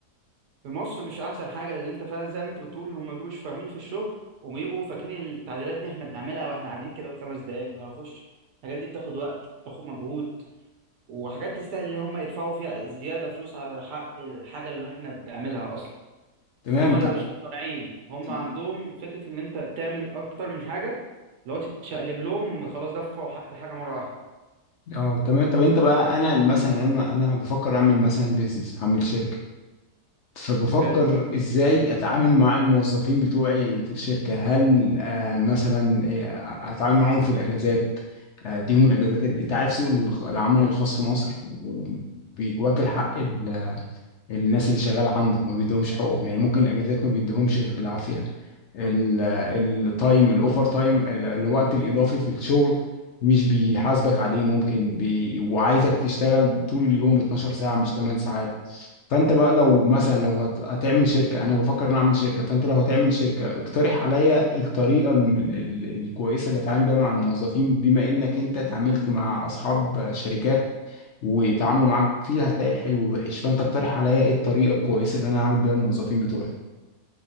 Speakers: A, on the right; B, on the left.
A: في مصر مش أحسن حاجة لأن أنت فعلا زي ما أنت بتقول هم مبيبقوش فاهمين في الشغل وبيبقوا فاكرين التعديلات دي إحنا بنعملها وإحنا قاعدين كده في خمس دقايق ما يعرفوش الحاجات دي بتاخد وقت بتاخد مجهود وحاجات تستاهل إن هم يدفعوا فيها زيادة فلوس على حق الحاجة اللي إحنا بنعملها أصلا
B: تمام
A: هم لا
B: طب
A: مش مقتنعين هم
B: طب-
A: عندهم فكرة ان انت تعمل اكتر من حاجة لو تتشقلب لهم هم خلاص دفعوا حق الحاجة مرة واحدة
B: اه تمام طب انت بقى انا مثلا انا انا بفكر اعمل مثلا بيزنس هعمل شركه فبفكر
A: حلو
B: ازاي اتعامل مع الموظفين بتوعي في الشركة هل آه، مثلا آه، اتعامل معاهم في الاجازات آه، اديهم الاجازات انت عارف سوق الخ- العمل الخاص في مصر بي- واكل حق ال- الناس اللي شغالة عنده ما بيدهمش حقوقهم يعني ممكن الاجازات ما بيدهمش غير بالعافية ال- التايم الاوفر تايم ال- الوقت الاضافي في الشغل مش بيحاسبك عليه ممكن بي... وعايزك تشتغل طول اليوم 12 ساعة مش 8 ساعات فانت بقى لو مثلا لو هت... هتعمل شركة انا بفكر ان أنا اعمل شركة فانت لو هتعمل شركة اقترح عليا الطريقة الم- ال- ال- الكويسة اللي اتعامل بيها مع الموظفين بما انك انت اتعاملت مع اصحاب شركات ويتعاملوا معاك فيها هتلاقي الحلو والوحش فانت اقترح عليا ايه الطريقة الكويسة اللي انا اعمل بيها الموظفين بتوعي